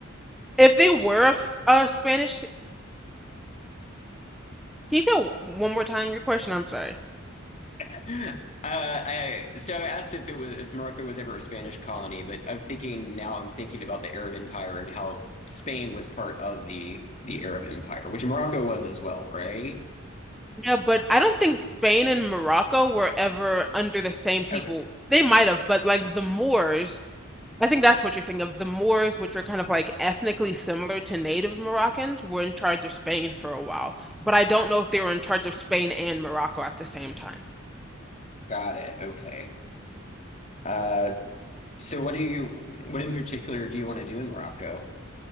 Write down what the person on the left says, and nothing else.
<laughs> Uh, I so I asked if it was if Morocco was ever a Spanish colony, but I'm thinking now I'm thinking about the Arab Empire and how Spain was part of the the Arab Empire, which Morocco was as well, right?
Okay,
got it. Okay. Uh, so what do you what in particular do you want to do in Morocco?